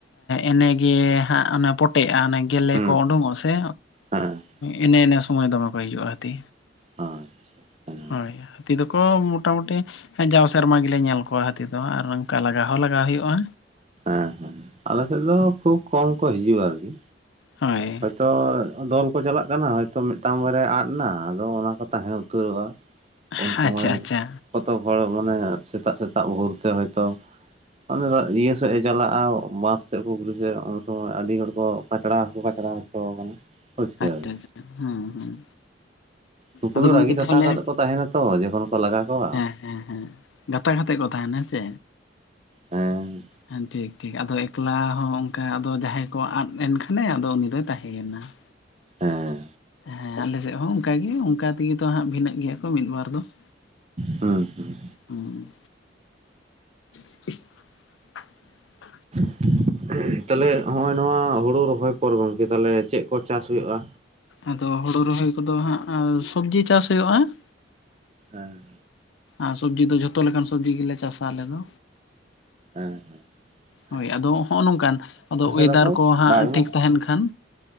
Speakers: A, on the left; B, on the right.
A: ᱮᱱᱮᱜᱮ ᱦᱟᱸᱜ ᱚᱱᱮ ᱯᱚᱴ ᱛᱮ ᱟ ᱜᱮᱞᱮ
B: ᱦᱩᱸ
A: ᱠᱚ ᱩᱰᱩᱝ ᱟ ᱥᱮ
B: ᱦᱮᱸ
A: ᱮᱱᱮ ᱮᱱᱮ ᱥᱚᱢᱚᱭ ᱫᱚᱢᱮᱠᱚ ᱦᱤᱡᱩᱜ-ᱟ ᱦᱟᱹᱛᱤ
B: ᱟᱪᱷᱟ ᱦᱮ
A: ᱦᱳᱭ ᱦᱟᱹᱛᱤ ᱫᱚᱠᱚ ᱢᱚᱴᱟᱢᱩᱴᱤ ᱡᱟᱣ ᱥᱮᱨᱢᱟ ᱜᱮᱞᱮ ᱧᱮᱞ ᱠᱚᱣᱟ ᱦᱟᱹᱛᱤ ᱫᱚ ᱟᱨ ᱚᱱᱠᱟ ᱞᱟᱜᱟᱣ ᱦᱚᱸ ᱞᱟᱜᱟᱣ ᱦᱩᱭᱩᱜ-ᱟ
B: ᱦᱮᱸ ᱦᱮᱸ ᱟᱞᱮᱥᱮᱫ ᱫᱚ ᱠᱷᱩᱵ ᱠᱚᱢ ᱠᱚ ᱦᱤᱡᱩᱜ-ᱟ ᱟᱨᱠᱤ
A: ᱦᱳᱭ
B: ᱛᱚ ᱫᱚᱞ ᱠᱚ ᱪᱟᱞᱟᱜ ᱠᱟᱱᱟ ᱦᱚᱭᱛᱚ ᱢᱤᱫᱴᱟᱝ ᱵᱟᱨᱭᱟ ᱟᱫ ᱱᱟ ᱟᱫᱚ ᱚᱱᱟ ᱠᱚ ᱛᱟᱦᱮᱸ ᱩᱛᱟᱹᱨᱚᱜ-ᱟ ᱩᱱ
A: ᱟᱪᱪᱷᱟ
B: ᱥᱚᱢᱚᱭ
A: ᱟᱪᱪᱷᱟ
B: ᱠᱚᱛ ᱦᱚᱲ ᱢᱟᱱᱮ ᱥᱤᱛᱟᱜ ᱥᱤᱛᱟᱜ ᱵᱷᱳᱨᱛᱮ ᱦᱚᱭᱛᱳ ᱟᱞᱮᱫᱚ ᱤᱭᱟᱹ ᱥᱮᱫ ᱮ ᱪᱟᱞᱟᱜ-ᱟ ᱢᱟᱫ ᱥᱮᱫ <unintelligible> ᱩᱱ ᱥᱚᱢᱚᱭ ᱟᱹᱰᱤ ᱦᱚᱲ ᱠᱚ ᱯᱟᱪᱪᱲᱟ ᱦᱚᱸᱠᱚ ᱯᱟᱪᱪᱲᱟᱣ ᱦᱚᱪᱚ ᱠᱟᱱᱟ ᱵᱩᱡ ᱠᱤᱫᱟ
A: ᱟᱪᱪᱷᱟ ᱟᱪᱪᱷᱟ
B: ᱵᱤᱱ
A: ᱦᱮᱸ ᱦᱮᱸ
B: ᱩᱱᱩᱠᱩ
A: ᱟᱫᱚ
B: ᱫᱚ
A: ᱜᱚᱢᱠᱮ
B: ᱨᱟᱹᱜᱤ ᱛᱟᱛᱟ
A: ᱛᱟᱦᱚᱞᱮ
B: ᱠᱟᱛᱮᱫ ᱠᱚ ᱛᱟᱦᱮᱱᱟ ᱛᱚ ᱡᱚᱠᱷᱚᱱ ᱠᱚ ᱞᱟᱜᱟ ᱠᱚᱣᱟ
A: ᱦᱮᱸ ᱦᱮᱸ ᱜᱟᱛᱟ ᱜᱟᱛᱮ ᱠᱚ ᱛᱟᱦᱮᱱᱟ ᱦᱮᱸᱥᱮ
B: ᱦᱮᱸ
A: ᱦᱮᱸ ᱴᱷᱤᱠ ᱴᱷᱤᱠ ᱟᱫᱚ ᱮᱠᱞᱟ ᱦᱚᱸ ᱦᱮᱸ ᱟᱫᱚ ᱡᱟᱦᱟᱸᱭ ᱠᱚᱭᱟᱜ ᱟᱫ ᱮᱱ ᱠᱷᱟᱱᱮ ᱟᱫᱚ ᱩᱱᱤ ᱫᱚᱭ ᱛᱟᱦᱮᱸᱭᱮᱱᱟ ᱾
B: ᱦᱮᱸ
A: ᱦᱮᱸ ᱟᱞᱮ ᱥᱮᱫ ᱦᱚᱸ ᱚᱱᱠᱟᱜᱮ ᱚᱱᱠᱟ ᱛᱮᱜᱮ ᱛᱚ ᱦᱟᱸᱜ ᱵᱷᱤᱱᱟᱹᱜ ᱜᱮᱭᱟ ᱠᱚ ᱢᱤᱫ ᱵᱟᱨ ᱫᱚ ᱾
B: ᱦᱮᱸ ᱦᱮᱸ
A: ᱦᱩᱸ <inaudible>
B: <inaudible> ᱛᱟᱦᱞᱮ ᱦᱚᱜ-ᱚᱭ ᱱᱚᱣᱟ ᱦᱩᱲᱩ ᱨᱚᱦᱚᱭ ᱯᱚᱨ ᱜᱚᱝᱠᱮ ᱛᱟᱦᱞᱮ ᱪᱮᱫ ᱠᱚ ᱪᱟᱥ ᱦᱩᱭᱩᱜ-ᱟ?
A: ᱟᱫᱚ ᱦᱳᱲᱳ ᱨᱚᱦᱚᱭ ᱠᱚᱫᱚ ᱦᱟᱸᱜ ᱥᱚᱵᱽᱡᱤ ᱪᱟᱥ ᱦᱩᱭᱩᱜ-ᱟ ᱾
B: ᱦᱮᱸ
A: ᱟᱨ ᱥᱚᱵᱽᱡᱤ ᱫᱚ ᱡᱷᱚᱛᱚ ᱞᱮᱠᱟᱱ ᱥᱚᱵᱽᱡᱤ ᱜᱮᱞᱮ ᱪᱟᱥᱟ ᱟᱞᱮ ᱫᱚ᱾
B: ᱦᱮᱸ ᱦᱮᱸ
A: ᱦᱳᱭ ᱟᱫᱚ ᱦᱚᱜ-ᱚ ᱱᱚᱝᱠᱟᱱ ᱟᱫᱚ ᱚᱭᱮᱫᱟᱨ
B: ᱛᱟᱠᱚ
A: ᱠᱚ ᱦᱟᱸᱜ
B: ᱫᱟᱜ ᱨᱮᱱᱟᱜ
A: ᱴᱷᱤᱠ ᱛᱟᱦᱮᱱ ᱠᱷᱟᱱ